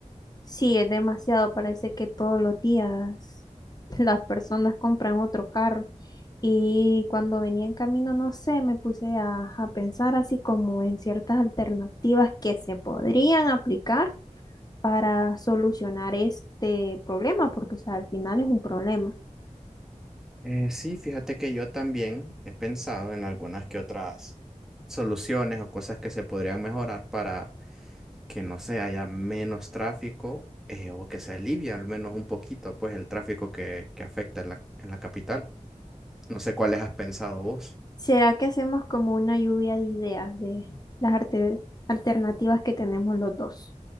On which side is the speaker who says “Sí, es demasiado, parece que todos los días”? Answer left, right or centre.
Left